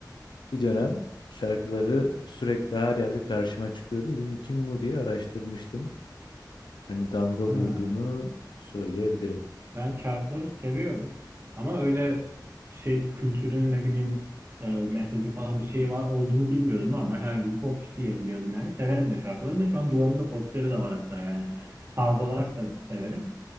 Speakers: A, on the left; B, on the right.
A: bir dönem şarkıları sürekli her yerde karşıma çıkıyordu. Dedim kim bu diye araştırmıştım. Hani damga vurduğunu
B: Ha.
A: söyleyebilirim.
B: Ben şarkıları seviyorum. Ama öyle şey kültürünü ne bileyim e, mesajı falan bir şey var olduğunu bilmiyordum. Normal herhangi bir popçu diye biliyordum yani. Severim de şarkılarını. Şu an duvarımda posteri de var hatta yani. Tarz olarak da severim.